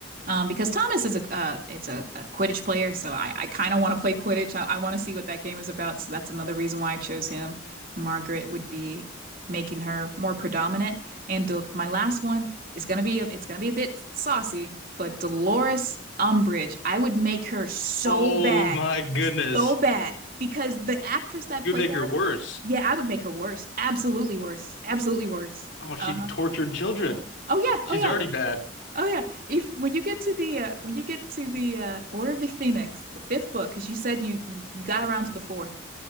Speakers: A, on the right; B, on the left.
A: um, because Thomas is a uh, it's a, a Quidditch player, so I, I kind of want to play Quidditch. I, I want to see what that game is about, so that's another reason why I chose him. Margaret would be making her more predominant, and Del my last one is gonna be a, it's gonna be a bit saucy, but Dolores Umbridge, I would make her so
B: Oh
A: bad
B: my goodness,
A: so bad because the actress that
B: you
A: played
B: would make
A: her
B: her worse.
A: yeah, I would make her worse. Absolutely worse. Absolutely worse.
B: Oh, she
A: Uh-huh.
B: tortured children.
A: Oh yeah,
B: She's
A: oh yeah,
B: already bad.
A: oh yeah. If when you get to the uh when you get to the uh Order of the Phoenix, the fifth book, because you said you, you you got around to the fourth,